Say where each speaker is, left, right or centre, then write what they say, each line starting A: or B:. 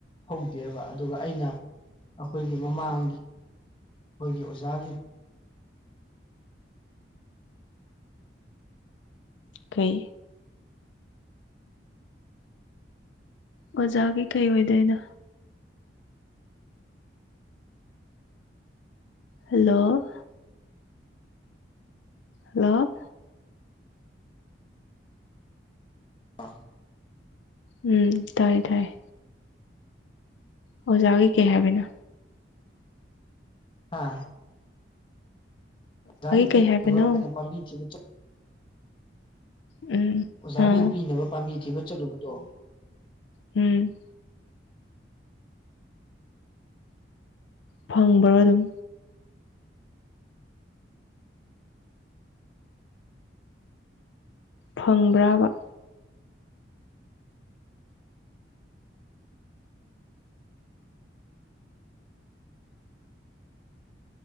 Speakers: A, on the left; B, on the left.
A: ꯍꯧꯗꯦꯕ ꯑꯗꯨꯒ ꯑꯩꯅ ꯑꯈꯣꯏꯒꯤ ꯃꯃꯥꯡꯒꯤ ꯑꯈꯣꯏꯒꯤ ꯑꯣꯖꯥꯒꯤ
B: ꯀꯩ ꯑꯣꯖꯥꯒꯤ ꯀꯩ ꯑꯣꯏꯗꯣꯏꯅꯣ ꯍꯜꯂꯣ ꯍꯜꯂꯣ
A: <unintelligible>
B: ꯎꯝ ꯇꯥꯏꯌꯦ ꯇꯥꯏꯌꯦ ꯑꯣꯖꯥꯒꯤ ꯀꯩ ꯍꯥꯏꯕꯅꯣ
A: ꯍꯥ ꯑꯣꯖꯥꯒꯤ ꯄꯤꯅꯕ
B: ꯀꯩ ꯍꯥꯏꯕꯅꯣ
A: ꯑꯈꯣꯏꯅ ꯄꯥꯝꯕꯤ ꯊꯤꯕ ꯆꯠ
B: ꯎꯝ
A: ꯑꯣꯖꯥꯒꯤ
B: ꯑꯥ
A: ꯄꯤꯅꯕ ꯄꯥꯝꯕꯤ ꯊꯤꯕ ꯆꯠꯂꯨꯕꯗꯣ
B: ꯎꯝ ꯐꯪꯕ꯭ꯔꯣ ꯑꯗꯨꯝ ꯐꯪꯕ꯭ꯔꯥꯕ